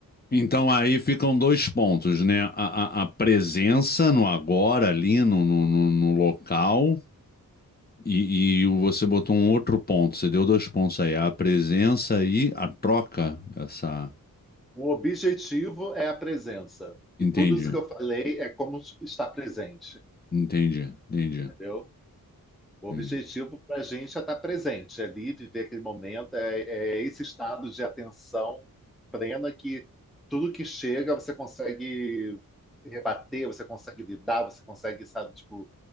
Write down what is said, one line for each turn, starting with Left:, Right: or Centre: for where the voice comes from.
Left: Então aí ficam dois pontos, né? A, a- a presença no agora, ali no, no, no- no local, e, e você botou um outro ponto, você deu dois pontos aí, a presença e a troca, essa.
Centre: o objetivo é a presença
Left: Entendi,
Centre: e tudo isso que eu falei é como estar presente,
Left: entendi, entendi.
Centre: entendeu? O
Left: entendi.
Centre: objetivo para a gente é estar presente, é ali viver aquele momento, é, é esse estado de atenção plena que tudo que chega você consegue rebater, você consegue lidar, você consegue, sabe, tipo,